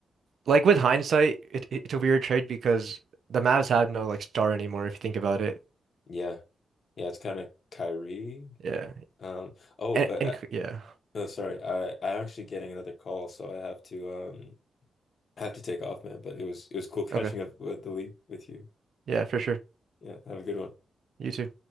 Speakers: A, on the right (about 70°); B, on the left (about 60°).
A: like with hindsight, it, it's a weird trade because the Mavs have no like star anymore if you think about it.
B: Yeah. Yeah, it's kind of Kyrie.
A: Yeah,
B: Um oh,
A: and
B: but
A: and
B: uh
A: yeah,
B: no, sorry. I I'm actually getting another call, so I have to um I have to take off, man, but it was it was cool <laughs> catching
A: okay,
B: up with the league with you.
A: yeah, for sure.
B: Yeah, have a good one.
A: You too.